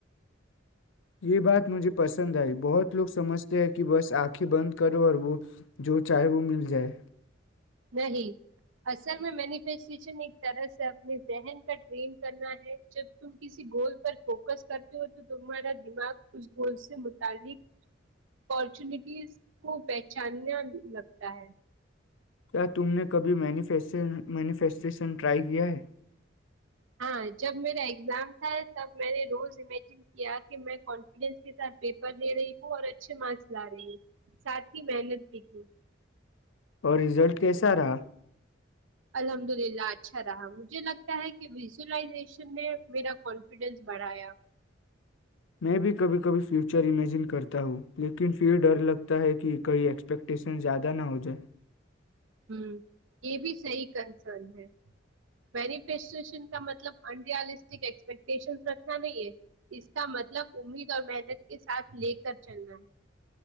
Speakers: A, on the left; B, on the right.
A: یہ بات مجھے پسند آئی بہت لوگ سمجھتے ہیں کہ بس آنکھیں بند کرو اور وہ جو چاہے وہ مل جائے
B: نہیں اصل میں مینیفسٹیشن ایک طرح سے اپنے ذہن کا ٹرین کرنا ہے جب تم کسی گول پر فوکس کرتے ہو تو تمہارا دماغ اس گول سے متعلق اپارچونیٹیز کو پہچاننا لگتا ہے
A: کیا تم نے کبھی مینیفیسٹیشن ٹرائی کیا ہے
B: ہاں جب میرا ایگزام تھا تب میں نے روز امیجن کیا کہ میں کانفیڈینس کے ساتھ پیپر دے رہی ہوں اور اچھے مارکس لا رہی ہ ساتھ ہی محنت بھی کی
A: اور رزلٹ کیسا رہا؟
B: الحمد للہ اچھا رہا مجھے لگتا ہے کہ ویزولائزیشن نے میرا کانفیڈینس بڑھایا
A: میں بھی کبھی کبھی فیوچر امیجن کرتا ہوں لیکن پھر ڈر لگتا ہے کہ کئی ایکسپیکٹیشن زیادہ نہ ہو جائے
B: ہ یہ بھی صحی کنسرن ہے مینیفسٹیشن کا مطلب ان ریالسٹک ایکسپیکٹیشن رکھنا نہیں ہے اس کا مطلب امید اور محنت کے ساتھ لے کر چلنا ہے